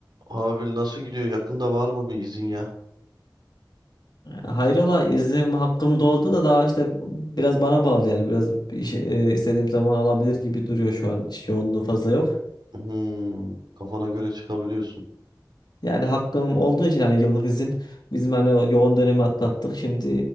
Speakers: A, on the right; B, on the left.
A: Abi nasıl gidiyor? Yakında var mı bir izin ya?
B: Hayrola iznim hakkım doldu da daha işte biraz bana bağlı yani biraz bir şey, e, istediğim zaman alabilir gibi duruyor şu an iş yoğunluğu fazla yok.
A: Hmm, kafana göre çıkabiliyorsun.
B: Yani hakkım olduğu için hani yıllık izin bizim hani o yoğun dönemi atlattık şimdi